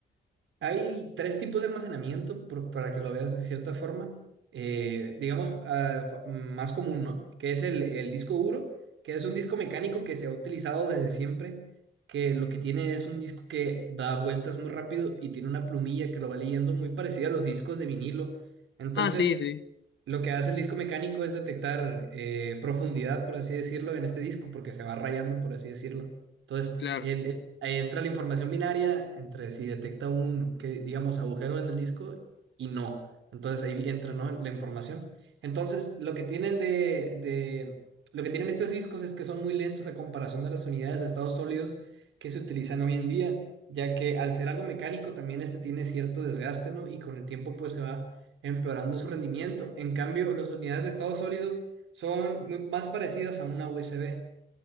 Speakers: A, on the right; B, on the left.
A: Hay tres tipos de almacenamiento, por- para que lo veas de cierta forma, eh, digamos, ah, fa- más común, ¿no? Que es el, el disco duro, que es un disco mecánico que se ha utilizado desde siempre, que lo que tiene es un disco que da vueltas muy rápido y tiene una plumilla que lo va leyendo muy parecida a los discos de vinilo. Entonces,
B: Ah, sí, sí,
A: Lo que hace el disco mecánico es detectar eh, profundidad, por así decirlo, en este disco, porque se va rayando, por así decirlo. Entonces,
B: claro,
A: en- en- ahí entra la información binaria entre si detecta un, que, digamos, agujero en el disco y no. Entonces ahí entra, ¿no? la información. Entonces, lo que tienen de, de, lo que tienen estos discos es que son muy lentos a comparación de las unidades de estados sólidos que se utilizan hoy en día, ya que al ser algo mecánico también este tiene cierto desgaste, ¿no? Y con el tiempo pues se va empeorando su rendimiento. En cambio, las unidades de estado sólido son muy, más parecidas a una USB.